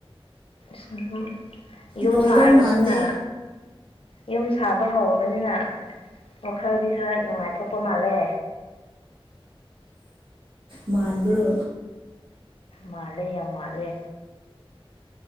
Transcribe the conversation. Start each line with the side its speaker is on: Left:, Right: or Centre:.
Left: ꯁꯤꯡꯁꯤꯡ ꯌꯨꯝ
Right: ꯂꯣꯏꯗꯧ
Left: ꯁꯥꯔꯕꯅꯤꯅ
Right: ꯃꯥꯟꯗꯦ
Left: ꯌꯨꯝ ꯁꯥꯕ ꯍꯧꯔꯕꯅꯤꯅ ꯋꯥꯈꯜꯗꯤ ꯈꯔ ꯅꯨꯡꯉꯥꯏꯊꯣꯛꯄ ꯃꯥꯜꯂꯦ
Right: ꯃꯥꯟꯕ꯭ꯔꯣ
Left: ꯃꯥꯜꯂꯦ ꯌꯥꯝ ꯃꯥꯜꯂꯦ